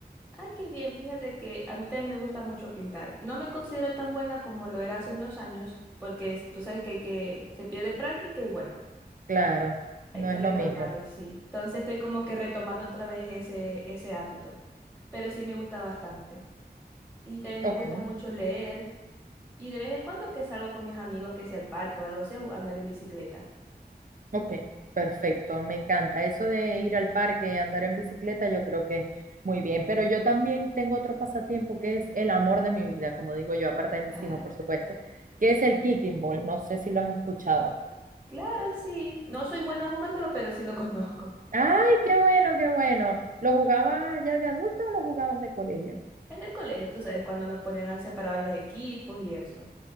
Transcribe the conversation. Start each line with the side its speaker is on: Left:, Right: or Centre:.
Centre: Ah, qué bien, fíjate que a mí también me gusta mucho pintar. No me considero tan buena como lo era hace unos años, porque es- tú sabes que hay que se pierde práctica y bueno.
Right: Claro,
Centre: Hay
Right: no
Centre: que
Right: es
Centre: retomarlo,
Right: lo mismo.
Centre: sí. Entonces estoy como que retomando otra vez ese, ese hábito. Pero sí me gusta bastante. Y también
Right: Ok.
Centre: me gusta mucho leer. Y de vez en cuando que salgo con mis amigos, que sea al parque o algo así, a ju- andar en bicicleta.
Right: Ok, perfecto, me encanta. Eso de ir al parque, andar en bicicleta, yo creo que muy bien. Pero yo también tengo otro pasatiempo que es el amor de mi vida, como digo yo, aparte
Centre: Ajá.
Right: de mis hijos, por supuesto, que es el kicking ball. No sé si lo has escuchado.
Centre: Claro, sí. No soy buena jugándolo, pero sí lo <laughs> conozco.
Right: Ay, qué bueno, qué bueno. ¿Lo jugabas ya de adulto o lo jugabas de colegio?
Centre: En el colegio, tú sabes, cuando nos ponían a separar en los equipos y eso.